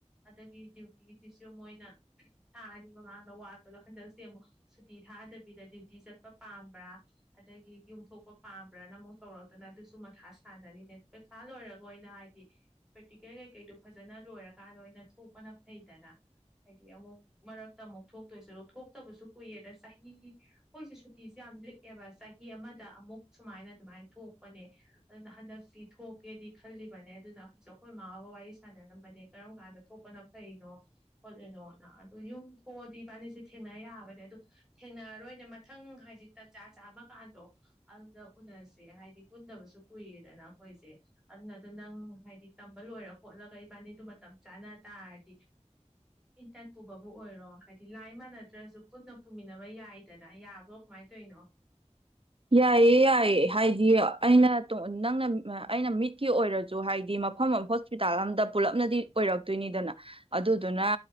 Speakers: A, in the centre; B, on the right (about 50°).
A: ꯑꯗꯒꯤ ꯗ꯭ꯌꯨꯇꯤꯁꯤꯁꯨ ꯃꯣꯏꯅ ꯊꯥ ꯑꯅꯤ ꯃꯃꯥꯡꯗ ꯋꯥꯠꯄꯗꯣ ꯍꯟꯗꯛꯁꯦ ꯑꯃꯨꯛ ꯁꯨꯇꯤ ꯊꯥꯗꯕꯤꯗ ꯗ꯭ꯌꯨꯇꯤ ꯆꯠꯄ ꯄꯥꯝꯕ꯭ꯔꯥ ꯑꯗꯒꯤ ꯌꯨꯝꯊꯣꯛ ꯄꯥꯝꯕ꯭ꯔꯅ ꯑꯃꯨꯛ ꯇꯧꯔꯛꯇꯅ ꯑꯗꯨꯁꯨ ꯃꯊꯥ ꯁꯥꯟꯅꯔꯤꯅꯦ ꯑꯗꯨ ꯄꯩꯈꯥ ꯂꯣꯏꯔꯒ ꯑꯣꯏꯅ ꯍꯥꯏꯗꯤ ꯄ꯭ꯔꯦꯛꯇꯤꯀꯦꯜ ꯀꯩꯀꯩꯗꯣ ꯐꯖꯅ ꯂꯣꯏꯔꯀꯥꯟꯗ ꯑꯣꯏꯅ ꯊꯣꯛꯄꯅ ꯐꯩꯗꯅ ꯍꯥꯏꯗꯤ ꯑꯃꯨꯛ ꯃꯔꯛꯇ ꯑꯃꯨꯛ ꯊꯣꯛꯇꯣꯏꯁꯨ ꯑꯗ ꯊꯣꯛꯇꯕꯁꯨ ꯀꯨꯏꯔꯦꯗ ꯆꯍꯤ ꯑꯩꯈꯣꯏꯁꯦ ꯁꯨꯇꯤꯁꯦ ꯌꯥꯝ ꯂꯤꯛꯑꯦꯕ ꯆꯍꯤ ꯑꯃꯗ ꯑꯃꯨꯛ ꯁꯨꯃꯥꯏꯅ ꯑꯗꯨꯃꯥꯏꯅ ꯊꯣꯛꯄꯅꯦ ꯑꯗꯨꯅ ꯍꯟꯗꯛꯇꯤ ꯊꯣꯛꯀꯦꯗꯤ ꯈꯜꯂꯤꯕꯅꯦ ꯑꯗꯨꯅ ꯍꯧꯖꯤꯛꯁꯨ ꯑꯩꯈꯣꯏ ꯏꯃꯥꯒ ꯋꯥꯔꯤ ꯁꯥꯟꯅꯔꯝꯕꯅꯦ ꯀꯔꯝ ꯀꯥꯟꯗ ꯊꯣꯛꯄꯅ ꯐꯔꯤꯅꯣ ꯈꯣꯠꯂꯤꯅꯣꯅ ꯑꯗꯨ ꯌꯨꯝ ꯊꯣꯛꯑꯗꯤ ꯏꯕꯥꯟꯅꯤꯁꯤ ꯊꯦꯡꯅ ꯌꯥꯕꯅꯦ ꯑꯗꯨ ꯊꯦꯡꯅꯔꯔꯣꯏꯅꯦ ꯃꯊꯪ ꯍꯥꯏꯗꯤ ꯇꯟꯖꯥ ꯆꯥꯕꯀꯥꯟꯗꯣ ꯑꯗꯨꯗ ꯎꯅꯁꯦ ꯍꯥꯏꯗꯤ ꯄꯨꯟꯗꯕꯁꯨ ꯀꯨꯏꯔꯦꯗꯅ ꯑꯩꯈꯣꯏꯁꯦ ꯑꯗꯨꯅꯗꯣ ꯅꯪ ꯍꯥꯏꯗꯤ ꯇꯝꯕ ꯂꯣꯏꯔ ꯈꯣꯠꯂꯒ ꯏꯕꯥꯅꯤꯗꯣ ꯃꯇꯝ ꯆꯥꯅ ꯇꯥꯔꯗꯤ ꯏꯟꯇꯔꯟ ꯄꯨꯕꯕꯨ ꯑꯣꯏꯔꯣ ꯍꯥꯏꯗꯤ ꯂꯥꯏ ꯃꯥꯟꯅꯗ꯭ꯔꯁꯨ ꯄꯨꯟꯅ ꯄꯨꯃꯤꯟꯅꯕ ꯌꯥꯏꯗꯅ ꯌꯥꯕ꯭ꯔꯣ ꯀꯃꯥꯏꯅ ꯇꯧꯅꯣ
B: ꯌꯥꯏꯌꯦ ꯌꯥꯏꯌꯦ ꯍꯥꯏꯗꯤ ꯑꯩꯅ ꯅꯪꯅ ꯑꯩꯅ ꯃꯤꯠꯀꯤ ꯑꯣꯏꯔꯁꯨ ꯍꯥꯏꯗꯤ ꯃꯐꯝ ꯑꯃ ꯍꯣꯁꯄꯤꯇꯥꯜ ꯑꯝꯗ ꯄꯨꯜꯂꯞꯅꯗꯤ ꯑꯣꯏꯔꯛꯇꯣꯏꯅꯤꯗꯅ ꯑꯗꯨꯗꯨꯅ